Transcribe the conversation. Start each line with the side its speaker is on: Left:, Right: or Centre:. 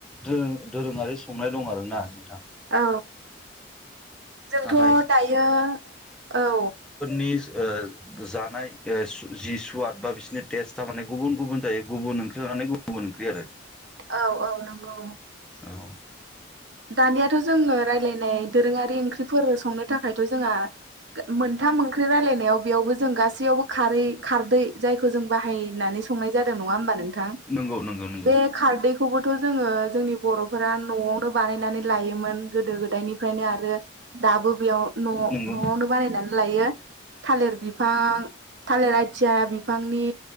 Centre: दोरों दोरोङारि संनाय दं आरो ना नोंथां।
Right: औ जोंथ'
Centre: नाथाय
Right: दायो औ।
Centre: जिस ओ जानाइ ओ जि सुवाद बा बिसोरनि टेस्ट आ गुबुन गुबुन जायो गुबुन ओंख्रि लानानै गुबुन ओंख्रि आरो।
Right: औ औ नंगौ।
Centre: औ
Right: दानियाथ' जोङो राय्लायनाय दोरोङारि ओंख्रिफोर संनो थाखायथ' जोंहा मोनथाम ओख्रि रायलायनायाव बेयावबो जों गासैयावबो खारै खारदै जायखौ जों बाहायनानै संनाय जालों नंङा होमबा नोंथां?
Centre: नंगौ नंगौ नंगौ
Right: बे खारदैखौबो थ' जोङो जोंनि बर'फोरा न'आव बानायनानै लायोमोन गोदो गोदायनिफ्रायनो आरो दाबो बेयाव न'
Centre: नंगौ
Right: न'आवनो बानायनानै लायो थालिर बिफां थालिर आइथिया बिफांनि